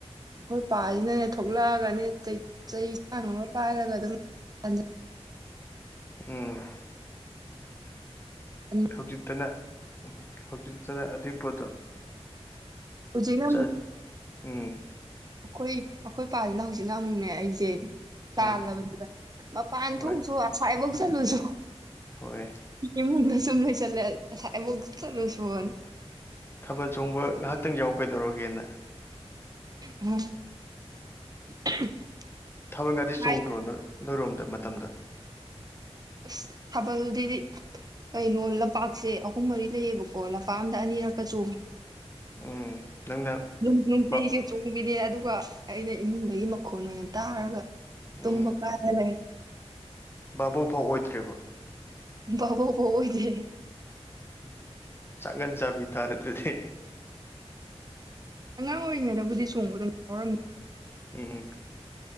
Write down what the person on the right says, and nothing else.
ꯑꯩꯈꯣꯏ ꯄꯥꯁꯤꯅꯅꯦ ꯊꯣꯛꯂꯛꯑꯒꯅꯦ ꯆꯩ ꯆꯩꯁꯥꯡ ꯑꯃ ꯄꯥꯏꯔꯒ ꯑꯗꯨꯝ ꯇꯥꯟꯖꯟ
<unintelligible>
ꯍꯧꯖꯤꯛꯅ
ꯑꯈꯣꯏ ꯑꯩꯈꯣꯏ ꯄꯥꯁꯤꯅ ꯍꯧꯖꯤꯛꯅ ꯑꯃꯨꯛꯅꯦ ꯑꯩꯁꯦ
ꯇꯥꯜꯂꯕꯅꯤꯕ ꯃꯄꯥꯟ
ꯊꯣꯛꯎꯆꯣ ꯑꯁꯥꯏꯐꯧ ꯆꯠꯂꯨꯁꯨ
ꯏꯃꯨꯡꯗ ꯁꯨꯝ ꯂꯩꯁꯜꯂꯦ ꯑꯁꯥꯢꯕꯧ ꯆꯠꯂꯨꯁꯣꯅ
ꯎꯝ <unintelligible>
ꯍꯥꯏ
ꯑꯁ ꯊꯥꯕꯜꯗꯤꯗꯤ ꯀꯩꯅꯣ ꯂꯝꯄꯥꯛꯁꯦ ꯑꯍꯨꯝ ꯃꯔꯤ ꯂꯩꯌꯦꯕꯀꯣ ꯂꯝꯄꯥꯛ ꯑꯝꯗ ꯑꯅꯤꯔꯛꯀ ꯆꯣꯡꯉꯦ
ꯅꯨꯡ ꯅꯨꯡꯇꯤꯒꯤ
ꯆꯣꯡꯕꯤꯅꯤ ꯑꯗꯨꯒ ꯑꯩꯅ ꯏꯃꯨꯡꯗꯒꯤ ꯃꯈꯣꯟ ꯑꯣꯏꯅ ꯇꯥꯔꯒ
ꯇꯨꯝꯕ ꯀꯥꯢꯔ ꯂꯩ
ꯕꯕꯣꯛ ꯐꯥꯎ ꯑꯣꯏꯗꯦ
ꯑꯉꯥꯡ ꯑꯣꯏꯔꯤꯉꯩꯗꯕꯨꯗꯤ ꯆꯣꯡꯕ ꯑꯗꯨꯝ ꯌꯥꯥꯎꯔꯝꯃꯤ